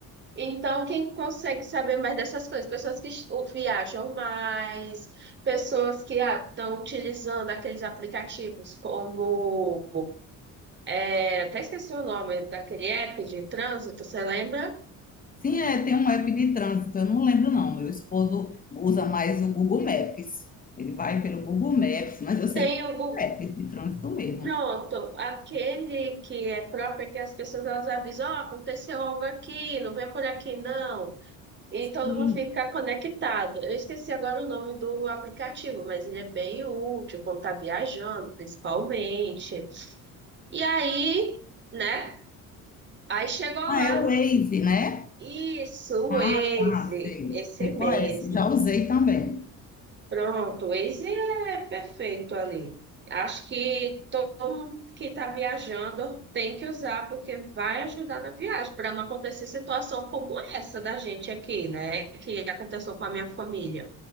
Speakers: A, on the right; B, on the left.
A: Então, quem consegue saber mais dessas coisas? Pessoas que es- o- viajam mais, pessoas que estão utilizando aqueles aplicativos como. é, até esqueci o nome daquele app de trânsito, você lembra?
B: Sim, é, tem um app de trânsito, eu não lembro não. Meu esposo usa mais o Google Maps. Ele vai pelo Google Maps, mas eu sei
A: Tem
B: que
A: o Google.
B: é um app de trânsito mesmo.
A: Pronto, aquele que é próprio que as pessoas elas avisam, ó, aconteceu algo aqui, não vem por aqui não. E
B: Sim.
A: todo mundo fica conectado. Eu esqueci agora o nome do aplicativo, mas ele é bem útil quando tá viajando, principalmente. E aí, né? Aí chegou lá.
B: Ah, é o Waze, né?
A: Isso, o
B: Ah,
A: Waze,
B: tá, sei.
A: esse
B: Sei
A: mesmo.
B: qual é esse. Já usei também.
A: Pronto, o Waze é perfeito ali. Acho que todo mundo que está viajando tem que usar, porque vai ajudar na viagem, para não acontecer situação como essa da gente aqui, né? Que aconteceu com a minha família.